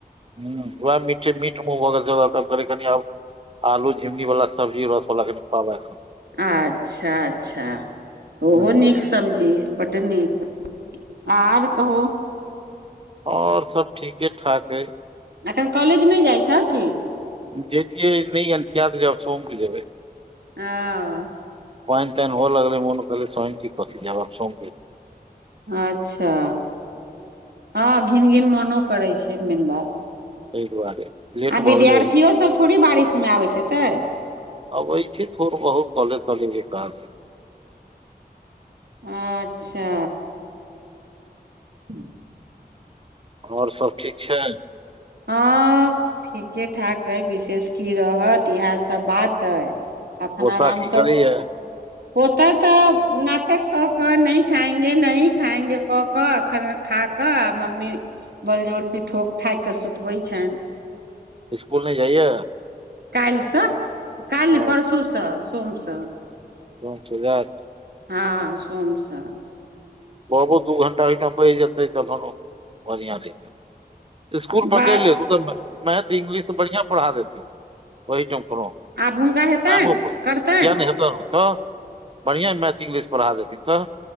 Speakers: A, on the right (about 35°); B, on the right (about 80°).
A: ह वएह मिट मुगर ज करनीब आलू झिमनी बला सब्जी रसवला कनि खुआबैखन।
B: अच्छा, अच्छा, ओहो
A: हूं
B: नीक। सब्जी बड्ड नीक आर कहू।
A: और सभ ठीके ठाक हय।
B: अखन कॉलेज नहि जाइ छै कि।
A: जैतियै नहि अनठिया तब सोमके जेबै।
B: ह।
A: प्वइन तान हो लगलैन कहले स्वइनी की जाब सौ।
B: अच्छा, हँ घिन घिन मोनो करै छै, मेन बात
A: एहिहि दुआरे लेट
B: आ विद्यार्थियो
A: भऽ गेलै।
B: सब थोड़ी बारिशमे आबै छै तऽ।
A: अबै छै थोड़ बहुत कले तल विकास
B: अच्छा। हा।
A: आओर सभ ठीक छै?
B: हँ, ठीके ठाक आइ विशेष की रहत इएहसभ बात अइ। एखन
A: पोता
B: आरामसँ।
A: की करैया
B: पोतऽ नाटक कऽ कऽ नहि खाएंगे न खाएंगे कऽ कऽ एखन खा क मम्मी बलजौली ठोक ठाकके सुतबे छनि।
A: स्कूल नहि जाइया?
B: काल्हिसँ काल्हि नहि
A: हँ
B: परसूसँ सोमसँ।
A: पाँच हजार
B: हँ सोमसँ
A: बाबू दू घंटा ओहिठाम बैस जेतै तखन बढ़िआँ रहतै स्कुल पकड़
B: बात
A: ले तऽ मैथ इंग्लिश बढ़ियां पढ़ा देेथि ओहि ठम परो
B: आब हुनका हेतनि
A: <unintelligible> किया
B: करतनि
A: नहि हेतोउ तऽ बढ़िआँ मैथ इंग्लिश पढ़ा देथिन तऽ